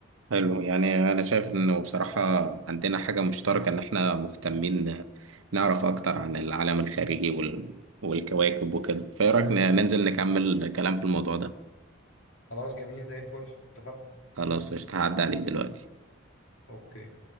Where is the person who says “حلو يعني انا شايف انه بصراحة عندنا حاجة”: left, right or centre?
Right